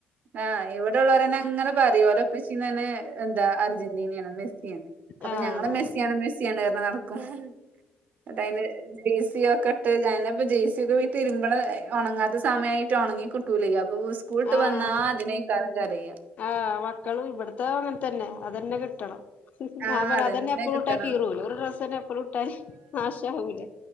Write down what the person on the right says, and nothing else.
ആഹ് ഇവിടെഉള്ളോരെന്നെ അങ്ങനെ പറയുംഓല ഇപ്പഷി തന്നെ എന്താ അർജന്റീനയാണ് മെസ് മഅപ്പൊ
ഞങ്ങള്മെസ്സിയാണ് മെസ്സിയാണ് എറഞ് നടക്കും നട്ടൻ അതിന് ടി സിയോ ഒക്കെ ഇട്ട് പ്പൊ ജെയ്സി ഒക്കെ തിരിമ്പ്ണ ഉണങ്ങാത്ത സമയമായിട്ട് ഉണങ്ങി കിട്ടുലയ് അപ്പൊ സ്കൂളട്ട്
വന്നാ അതിനേ യ്കാരം കരയ
ആഹ്
കിട്ടണം